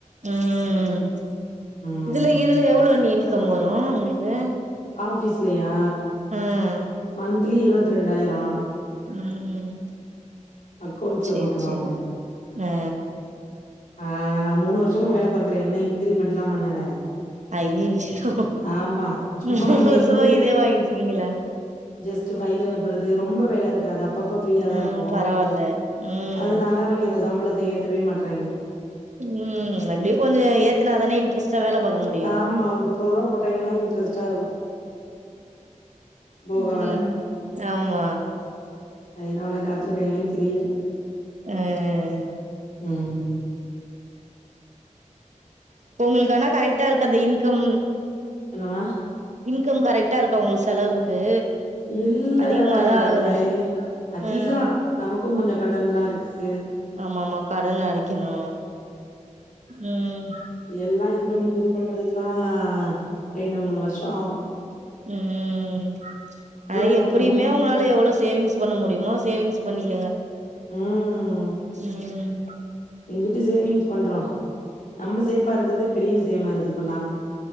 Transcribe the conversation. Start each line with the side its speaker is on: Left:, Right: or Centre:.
Right: உம்
Left: ம்.
Right: இதுல இதுல எவ்ளோ அண்ணி இன்கம் வரு உங்ளுக்கு
Left: ஆஃபீஸ்லயா
Right: உம்
Left: மந்த்திலி இருவத் ரெண்டாயிரோ
Right: உம்
Left: அக்கவுண்ட்ல
Right: செரி
Left: போட்டுருவாங்க.
Right: சேரி ஆ
Left: ஆ மூணு வருஷமா வேல பாக்குற இன்ன இன்கிரிமென்ட்லா பண்ணல
Right: ஐயேயோ
Left: ஆமா. சும்மா
Right: மூணு
Left: இங்கேருந்து
Right: வருஷமா இதே வாங்கிட்டு இருக்கீங்களா
Left: ஜஸ்ட்டு ஃபைல் அனுப்புறது ரொம்ப வேல இருக்காது அப் ப்பப்ப ஃபிரீயாதா
Right: ம்
Left: இருப்போ
Right: பரவால்ல ம்
Left: அதனால அவிங்க அந்த சம்பளத் த ஏத்தவே மாட்றாய்ங்க
Right: உம் எப்படியோ கொஞ்சோ ஏத்துனாதான இன்ட்ரெஸ்ட் டா வேல பாக்க முடியு
Left: ஆமா. ஒரு ரூ. போட்டாய்ங்கன்னா இன்ட்ரெஸ்ட்டா இருக்கும். போக
Right: உம்
Left: வர.
Right: ஆமா
Left: அ என்ன பண்ண காத்திருக்காய்ங்கன் தெரியல
Right: அ அ அ
Left: உம்
Right: இப்ப உங்களுக்கு ஆனா கரெட்டா ருக்கு அந்த இன்கம்
Left: என்னமா
Right: இன்கம் கரெக்ட்டா ருக்கா உங்ளுக்கு செலவுக்கு
Left: இல்ல
Right: அதிகமாதா ஆகுதா
Left: அவளே. அதிகம்.
Right: உம்
Left: நமக்கும் கொஞ்சம் கடன்லாம் இருக்கு.
Right: ஆமாமா கடன் அடைக்கணு உம்
Left: எல்லா இது பண்ணி சரி பண்றதுக்குலா ரெண்டு மூணு வர்ஷொ ஆகு
Right: உம் ஹ
Left: ஓட்டணுன்
Right: எப்படியுமே உங்களால எவ்ளவ் சேவிங்ஸ் பண்ண முடியுமோ சேவிங்ஸ் பண்ணிக்கங்க
Left: ம்
Right: உம்
Left: எங்கிட்டு சேவிங்ஸ் பண்றோ நம்ம சேஃப்பா இருக்கறதே பெரிய விஷயமாருக்கு இப்பல்லா